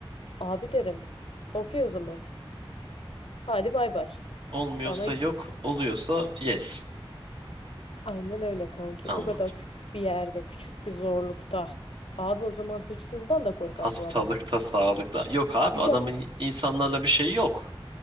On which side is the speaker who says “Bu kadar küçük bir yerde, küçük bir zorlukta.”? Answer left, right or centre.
Left